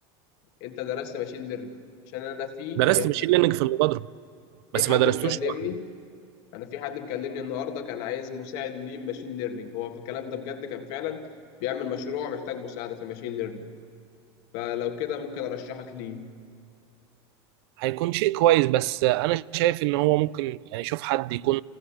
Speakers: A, on the left; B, on the right.
A: انت درست ماشين ليرنينج عشان انا في
B: درست
A: يعني
B: ماشين
A: في
B: ليرنينج
A: حد
B: في المبادره
A: في
B: بس
A: حد
B: ما درستوش
A: مكلمني
B: لوحدي
A: انا في حد مكلمني النهارده كان عايز مساعد ليه ماشين ليرنينج هو في الكلام ده بجد كان فعلا بيعمل مشروع محتاج مساعده في الماشين ليرنينج فلو كده ممكن ارشحك ليه
B: هيكون شيء كويس بس انا شايف ان هو ممكن يعني شوف حد يكون